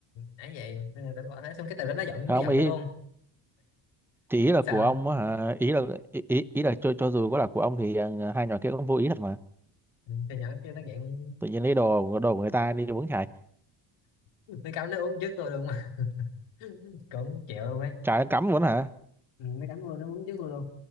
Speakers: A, on the left; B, in the centre.
A: ấy vậy Nên là tôi bảo thế xong cái từ đó nó giận
B: không
A: nó giận
B: ý
A: tôi luôn
B: thì ý là
A: sao
B: của ông á hả ý là ý ý, ý là cho cho dù có là của ông thì ờ, hai nhỏ kia cũng vô ý thật mà
A: Ừ, thì nhỏ kia nó giận
B: tự nhiên lấy đồ của- đồ của người ta đi uống chài
A: nó cắm nó uống trước tôi luôn <laughs> cũng chịu luôn ấy
B: chài nó cắm luôn hả
A: Ừ, nó cắm luôn nó uống trước tôi luôn